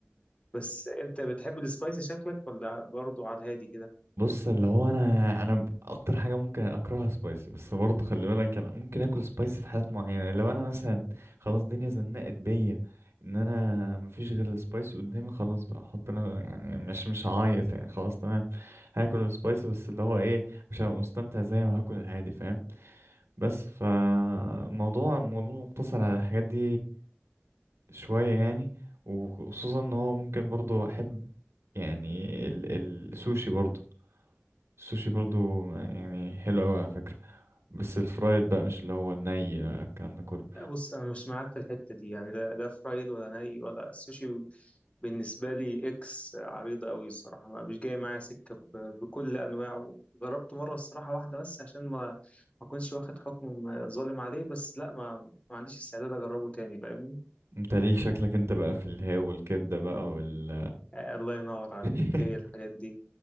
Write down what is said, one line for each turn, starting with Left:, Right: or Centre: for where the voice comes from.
Left: بس انت بتحب السبايسي شكلك ولا برضو على الهادي كده
Right: بص اللي هو انا انا ب- اكتر حاجه ممكن اكرهها سبايسي بس برضه خلي بالك انا ممكن اكل سبايسي في حالات معينه لو انا مثلا خلاص الدنيا زنقت بيا ان انا مفيش غير السبايسي قدامي خلاص بقى احط انا يعني مش مش هعيط يعني خلاص تمام هاكل السبايسي بس اللي هو ايه مش هبقى مستمتع زي ما هاكل العادي فاهم بس فالموضوع الموضوع مقتصر على الحاجات دي شويه يعني وخصوصا ان هو ممكن برضه احب يعني ال- السوشي برضه السوشي برضو يعني حلو قوي على فكرة بس الفرايد بقى مش اللي هو الني بقى الكلام ده كله
Left: لا بص انا مش معاك في الحته دي يعني لا لا فرايد ولا ني ولا السوشي بالنسبه لي اكس عريضه قوي الصراحه ما مش جاي معايا سكه ب- بكل انواعه جربته مره الصراحه واحده بس عشان ما ما كنتش واخد حكم ظالم عليه بس لا ما ما عنديش استعداد اجربه تاني فاهمني
Right: انت ليه شكلك انت بقى في الهاو والكبدة بقى وال
Left: آه، الله ينور عليك
Right: <laughs>
Left: هي الحاجات دي